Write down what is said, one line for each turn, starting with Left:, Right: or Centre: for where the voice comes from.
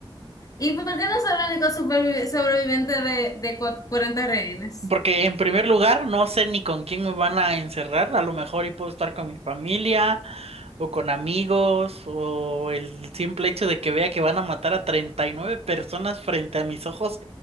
Left: ¿Y por qué no ser el único supervivi- sobreviviente de, de cua- 40 rehenes?
Right: Porque en primer lugar, no sé ni con quién me van a encerrar. A lo mejor y puedo estar con mi familia o con amigos o el simple hecho de que vea que van a matar a 39 personas frente a mis ojos